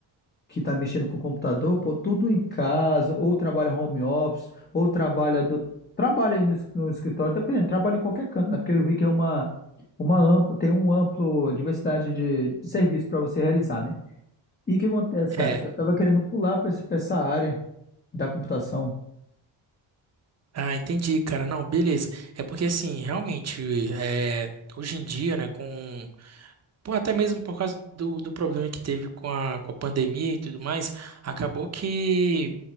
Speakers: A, on the left; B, on the right.
A: que tá mexendo com o computador, pô, tudo em casa, ou trabalha home office, ou trabalha do... trabalha aí no, es- no escritório, dependendo, trabalha em qualquer canto, né? Porque eu vi que é uma, uma amplo, tem um amplo diversidade de, de serviço para você realizar, né? E o que acontece, cara?
B: É,
A: Eu tava querendo pular para essa área da computação.
B: ah, entendi, cara. Não, beleza. É porque assim, realmente, é, hoje em dia, né, com. Pô, até mesmo por causa do, do problema que teve com a, com a pandemia e tudo mais, acabou que.